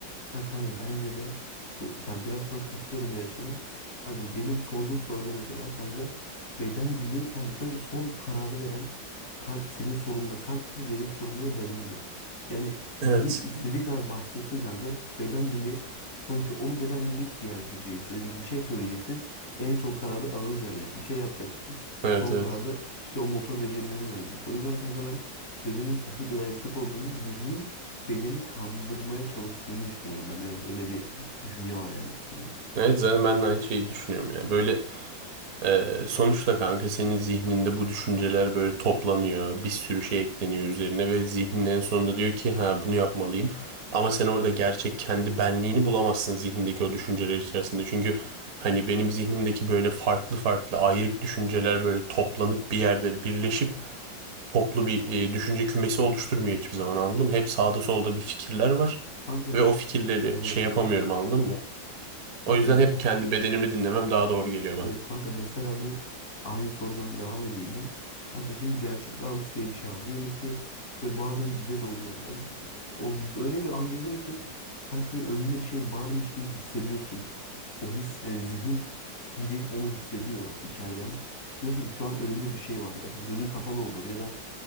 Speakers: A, on the left; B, on the right.
A: Ya kanka bence de bu sen biraz sana katılıyorum bir açıdan. Kanka benim sorduğum soruda mesela kanka beden dili yani sonuçta son kararı veren kalp senin sorununda kalptir benim sorumda da bedendir. Yani
B: Evet.
A: zihin istediği kadar bastırsın kanka beden dili sonuçta onu beden dili gerçekleşiyor. Mesela diyelim bir şey söyleyeceksin en son kararı ağız verecek. Bir şey yapacaksın
B: Evet
A: son
B: evet.
A: kararı işte o motor becerilerini verecek. O yüzden kanka ben bedenin kesinlikle daha yüksek olduğunu zihnin bedeni kandırmaya çalıştığını düşünüyorum ben. Biraz öyle bir düşünce var yani üstünde.
B: Evet zaten ben de aynı şeyi düşünüyorum ya. Böyle Ee, sonuçta kanka senin zihninde bu düşünceler böyle toplanıyor. Bir sürü şey ekleniyor üzerine ve zihnin en sonunda diyor ki ha bunu yapmalıyım. Ama sen orada gerçek kendi benliğini bulamazsın zihnindeki o düşünceler içerisinde. Çünkü hani benim zihnimdeki böyle farklı farklı ayrık düşünceler böyle toplanıp bir yerde birleşip toplu bir e, düşünce kümesi oluşturmuyor hiçbir zaman anladın mı? Hep sağda solda bir fikirler var
A: Kanka
B: ve o fikirleri
A: evet
B: şey yapamıyorum
A: evet.
B: anladın mı?
A: Kanka
B: O yüzden hep kendi bedenimi dinlemem daha doğru geliyor bana.
A: evet kanka mesela bu aynı sorudan devam edeyim ben. Kanka şimdi gerçeklik algısı diye bir şey var. Diyelim ki böyle bazen bize de oluyor. Yani o, öyle bir an geliyor ki sanki böyle önünde bir şey varmış gibi hissediyorsun. O his yani zihin dilin onu hissediyor içeriden. Diyorsun ki şu an önümde bir şey var. Zaten gözün kapalı olur ya da